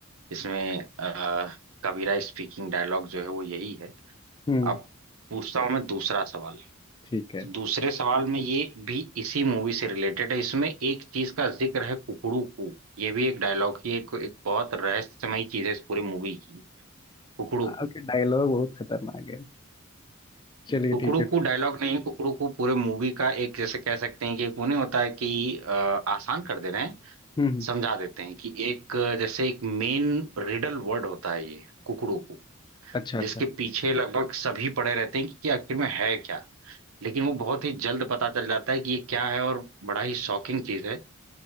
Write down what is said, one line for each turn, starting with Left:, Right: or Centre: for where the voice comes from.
Right: इसमें आ, कबीरा स्पीकिंग डायलॉग जो है वो यही है
Left: हम्म
Right: अब पूछता हूँ मैं दूसरा सवाल
Left: ठीक है
Right: तो दूसरे सवाल में ये भी इसी मूवी से रिलेटेड है इसमें एक चीज का जिक्र है कुकड़ू कू ये भी एक डायलॉग ही एक, एक बहुत रहस्यमयी चीज है इस पूरी मूवी की कुकड़ू
Left: आपके
Right: कू
Left: डायलॉग बहुत खतरनाक है चलिए
Right: कुकड़ू
Left: ठीक है
Right: कू डायलॉग नहीं कुकड़ू कू पूरे मूवी का एक जैसे कह सकते हैं कि एक वो नहीं होता है कि अ, आसान कर दे रहे हैं
Left: हम्म हम्म,
Right: समझा देते हैं कि एक अ, जैसे एक मेन रिडल वर्ड होता है ये कुकड़ू कू
Left: अच्छा अच्छा
Right: जिसके पीछे लगभग सभी पड़े रहते हैं कि आखिर में है क्या लेकिन वो बहुत ही जल्द पता चल जाता है कि ये क्या है और बड़ा ही शॉकिंग चीज है